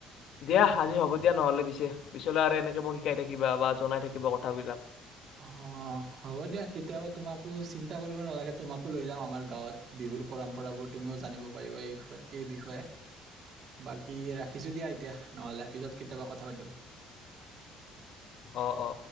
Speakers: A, on the left; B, on the right.
A: দিয়া আজি হ'ব দিয়া নহ'লে পিছে। পিচলে আৰু এনেকে মোক শিকাই থাকিবা বা জনাই থাকিব কথাবিলাক।
B: অ হ'ব দিয়া কেতিয়াবা তোমাকো চিন্তা কৰিব নালাগে তোমাকো লৈ যাওঁ আমাৰ গাঁৱত বিহুৰ পৰম্পৰাবোৰ তুমিও জানিব পাৰিবা এইয় এই বিষয়ে বাকী। কি ৰাখিছোঁ দিয়া এতিয়া নহ'লে পিছত কেতিয়াবা কথা পাতিম।
A: অ অ।